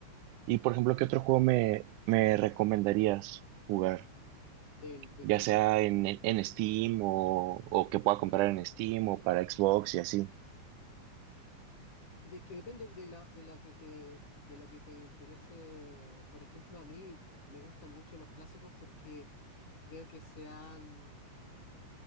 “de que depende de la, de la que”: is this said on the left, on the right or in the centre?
Left